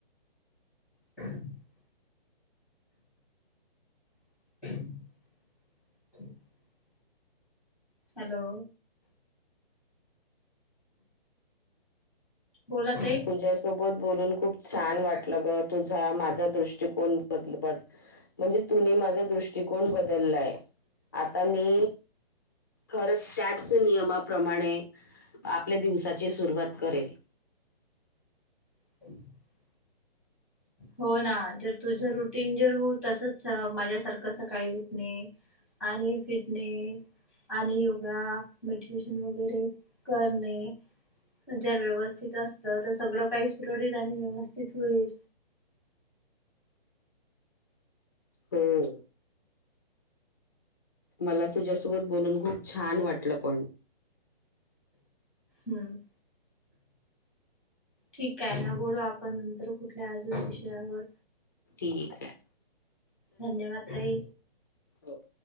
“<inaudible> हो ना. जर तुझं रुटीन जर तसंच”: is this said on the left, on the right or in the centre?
Centre